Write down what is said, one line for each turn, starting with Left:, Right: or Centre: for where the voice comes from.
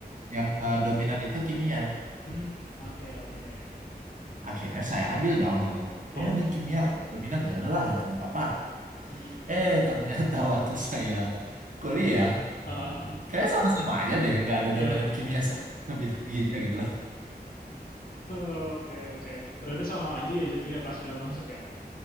Right: yang eh, dominan itu kimia.
Left: hmm. Oke, oke.
Right: Akhirnya saya ambil dong gitu loh.
Left: Iya.
Right: Oh ini kimia dominan ya udahlah itu nggak apa-apa.
Left: Hmm.
Right: Eh ternyata <laughs> waktu saya kuliah
Left: Ah,
Right: kayaknya sama-sama aja deh nggak ada
Left: ya
Right: dominan kimia sama <laughs> biologinya gitu
Left: Oh, Oke, oke. Ternyata sama aja ya jatuhnya pas sudah masuk ya.